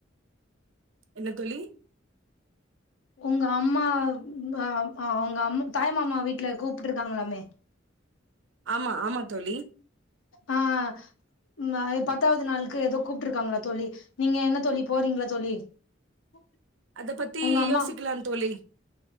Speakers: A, on the right; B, on the left.
A: என்ன தோழி?
B: உங்க அம்மா உங்க அம்மா அவுங்க அம்மா தாய் மாமா வீட்ல கூப்புட்ருக்காங்களாமே
A: ஆமா ஆமா தோழி
B: ஆ ஆ அ பத்தாவது நாளுக்கு ஏதோ கூப்ட்ருக்காங்களா தோழி நீங்க என்ன தோழி போறீங்களா தோழி <inaudible>
A: அத பத்தி
B: உங்க அம்மா
A: யோசிக்கலா தோழி